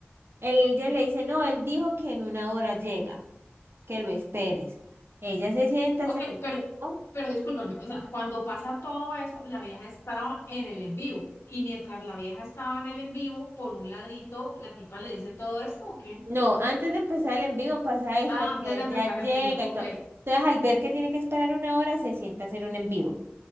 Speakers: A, on the right (about 65°); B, on the left (about 80°).
A: él, ella le dice, no, él dijo que en una hora llega, que lo esperes. Ella se sienta,
B: Ok,
A: se...
B: pero,
A: oh,
B: pero discúlpame, o sea, cuando pasa todo eso, la vieja estaba en el en vivo. Y mientras la vieja estaba en el en vivo, por un ladito, la tipa le dice todo esto, ¿o qué?
A: No, antes de empezar el en vivo pasa eso,
B: Ah,
A: de
B: antes
A: que
B: de
A: ella
B: empezar
A: llega
B: el en vivo, ok,
A: y todo. Entonces, al ver que tiene que esperar una hora, se sienta a hacer un en vivo